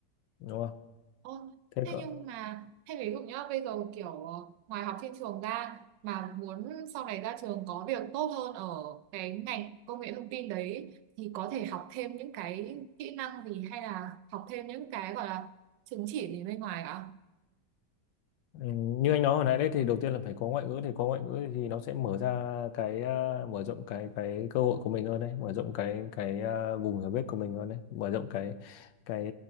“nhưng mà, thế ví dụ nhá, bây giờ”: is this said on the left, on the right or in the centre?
Right